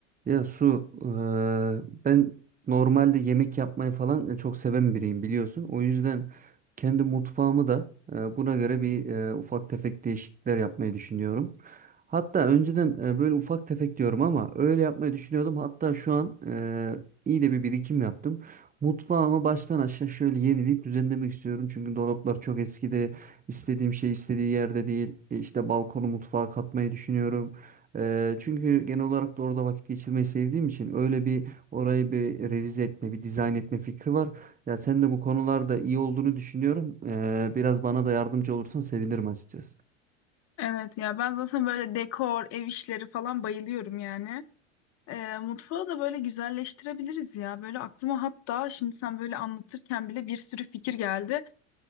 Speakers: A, on the right; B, on the left.
A: Ya Su, eee, ben normalde yemek yapmayı falan çok seven biriyim biliyorsun. O yüzden kendi mutfağımı da eee, buna göre bir eee, ufak tefek değişiklikler yapmayı düşünüyorum. Hatta önceden eee, böyle ufak tefek diyorum ama öyle yapmayı düşünüyordum. Hatta şu an eee, iyi de bir birikim yaptım. Mutfağımı baştan aşağı şöyle yenileyip düzenlemek istiyorum. Çünkü dolaplar çok eskide, istediğim şey istediği yerde değil. E, İşte balkonu mutfağa katmayı düşünüyorum. Eee, çünkü genel olarak da orada vakit geçirmeyi sevdiğim için öyle bir orayı bir revize etme, bir dizayn etme fikri var. Ya sen de bu konularda iyi olduğunu düşünüyorum. Eee, biraz bana da yardımcı olursan sevinirim açıkçası.
B: Evet ya ben zaten böyle dekor, ev işleri falan bayılıyorum yani. Ee, mutfağı da böyle güzelleştirebiliriz ya. Böyle aklıma hatta şimdi sen böyle anlatırken bile bir sürü fikir geldi.